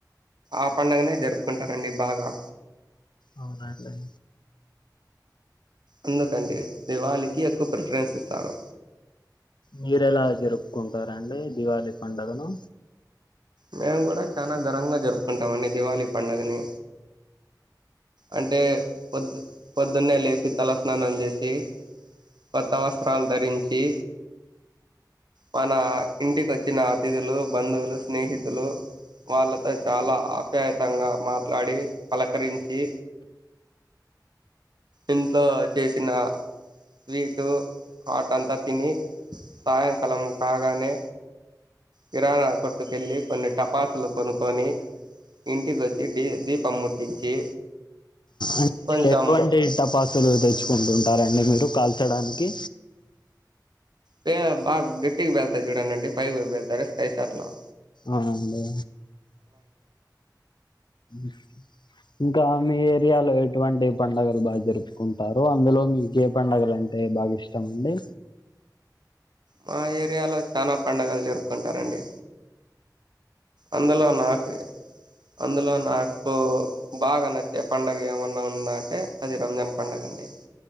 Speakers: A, on the right (about 75°); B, on the left (about 85°).
A: ఆ పండగనే జరుపుకుంటారండి బాగా
B: అవునాఅండి
A: అందుకండి దివాళికి ఎక్కువ ప్రిఫరెన్స్ ఇస్తారు
B: మీరు ఎలా జరుపుకుంటారండి దివాళీ పండుగను
A: మేము కూడా చాలా ఘనంగా జరుపుకుంటాము అండి దివాళీ పండుగని అంటే పొద్దు పొద్దున్నే లేసి తలస్నానం చేసి కొత్త వస్త్రాలు ధరించి మన ఇంటికి వచ్చిన అతిథులు బంధువులు స్నేహితులు వాళ్ళతో చాలా ఆప్యాయతంగా మాట్లాడి పలకరించి ఇంట్లో చేసిన స్వీటు హాట్ అంతా తిని సాయంకాలం కాగానే కిరాణ కొట్టుకెల్లి కొన్ని టపాసులు కొనుక్కొని ఇంటికి వచ్చి డీ దీపం ముట్టించి
B: అంటే
A: కొంచెం
B: ఎటువంటి టపాసులు తెచ్చుకుంటుంటారండి మీరు కాల్ చ్చడానికి
A: పే బాగా గట్టిగా బళ్తా జూడ న అండి పై బళ్తార స్కై సార్ట్లా <unintelligible>
B: అవునండి అ ఇంకా మీ ఏరియాలో ఎటువంటి పండగలు బాగా జరుపుకుంటారు అందులో మీకే పండుగలు అంటే టే బాగా ఇష్ట మండి
A: మా ఏరియాలో చానా పండుగలు జరుపుకుంటారండి అందులో నాకు అందులో నాకు బాగా నచ్చే పండుగ ఏమన్నా ఉందా అంటే అది రంజాన్ పండుగ అండి